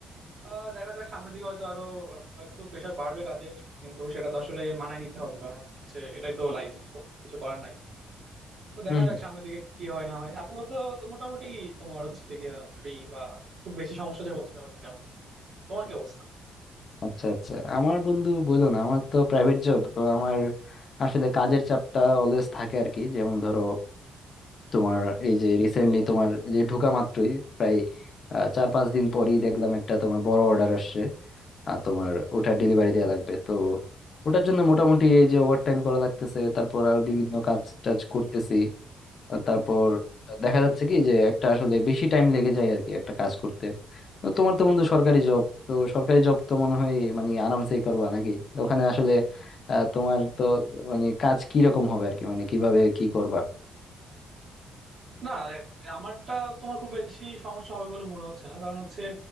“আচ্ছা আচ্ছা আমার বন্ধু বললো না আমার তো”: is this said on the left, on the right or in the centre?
Left